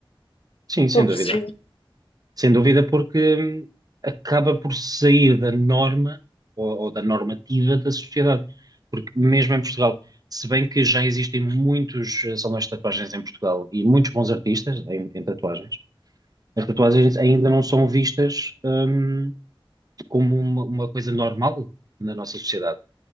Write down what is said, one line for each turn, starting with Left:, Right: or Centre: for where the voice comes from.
Right: sim, sem
Left: Estou a
Right: dúvida.
Left: perceber.
Right: Sem dúvida, porque hum, acaba por sair da norma ou, ou da normativa da sociedade. Porque mesmo em Portugal, se bem que já existem muitos eh, salões de tatuagens em Portugal e muitos bons artistas em em tatuagens, As tatuagens ainda não são vistas, hum, como uma, uma coisa normal na nossa sociedade.